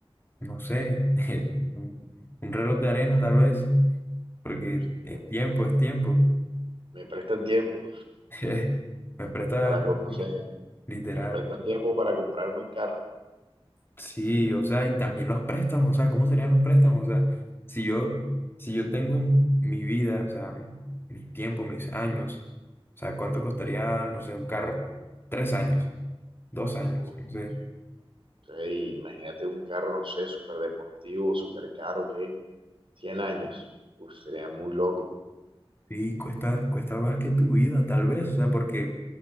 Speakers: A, on the left (about 20°); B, on the right (about 60°).
A: no sé, <laughs> un, un reloj de arena tal vez, porque
B: No sé,
A: es
B: me,
A: tiempo, es tiempo.
B: me prestan tiempo
A: <laughs> Me presta,
B: para,
A: por
B: no
A: favor,
B: sé,
A: literal.
B: me prestan tiempo para comprarme un carro.
A: Sí, o sea, y también los préstamos, o sea, ¿cómo serían los préstamos? O sea, si yo, si yo tengo mi vida, o sea, mi, mi tiempo, mis años, o sea, ¿cuánto costaría, no sé, un carro? Tres años, dos años,
B: Uf,
A: no sé.
B: no Sí, imagínate un carro, no sé, súper deportivo, súper caro, ¿qué? cien años. Uf, sería muy loco.
A: Sí, cuesta, cuesta más que tu vida, tal vez, o sea, porque